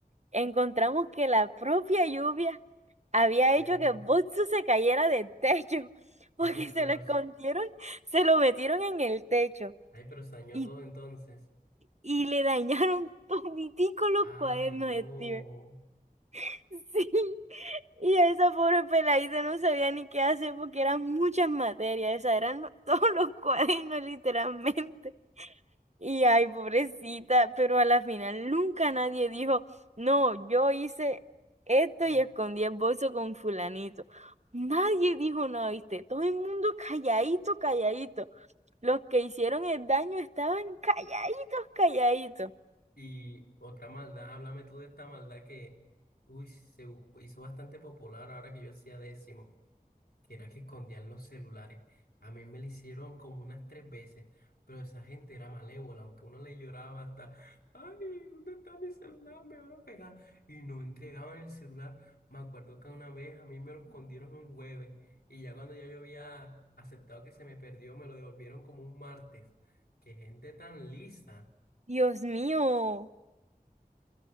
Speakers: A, on the right; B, on the left.
A: encontramos que la propia lluvia había
B: Dios
A: hecho que
B: mío.
A: el bolso se cayera del techo, <laughs> porque
B: Ay, pero,
A: se lo escondieron,
B: s-
A: se lo metieron en el techo
B: ay, pero se dañó
A: y,
B: todo entonces.
A: y le dañaron <laughs> toditico los
B: Ay,
A: cuadernos
B: no.
A: de Steven. <laughs> Sí. Y esa pobre peladita no sabía ni qué hacer porque eran muchas materias, esas eran lo- <laughs> todos los cuadernos literalmente. Y ay, pobrecita, pero a la final nunca nadie dijo, no, yo hice esto
B: <laughs>
A: y escondí el bolso con fulanito. Nadie dijo nada, ¿viste? Todo el mundo calladito, calladito. Los que hicieron el daño estaban calladitos, calladitos.
B: Y otra maldad, háblame tú de esta maldad que, uy, se u- hizo bastante popular ahora que yo hacía décimo. que era que escondían los celulares. A mí me lo hicieron como unas tres veces, pero esa gente era malévola, aunque uno le lloraba hasta, ay, ¿dónde está mi celular? Me van a pegar. Y no entregaban el celular. Me acuerdo que una vez a mí me lo escondieron un jueves y ya cuando ya yo había aceptado que se me perdió, me lo devolvieron como un martes. Qué gente tan lisa.
A: Dios mío.